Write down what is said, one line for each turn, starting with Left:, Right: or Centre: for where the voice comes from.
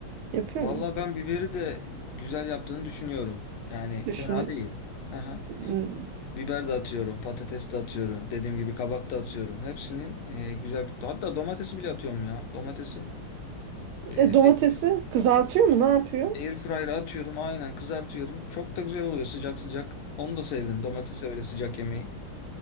Right: Yapıyor
Left: Vallahi
Right: mu?
Left: ben biberi de güzel yaptığını düşünüyorum. Yani
Right: Düşünüyoruz.
Left: fena değil. Aha.
Right: Hmm.
Left: Biber de atıyorum, patates de atıyorum. Dediğim gibi kabak da atıyorum. Hepsini e, güzel bir- hatta domatesi bile atıyorum ya. Domatesi e,
Right: E,
Left: air
Right: domatesi kızartıyor mu? Ne yapıyor?
Left: air fryer'a atıyorum. Aynen kızartıyorum. Çok da güzel oluyor sıcak sıcak. Onu da sevdim. Domatesi öyle sıcak yemeği.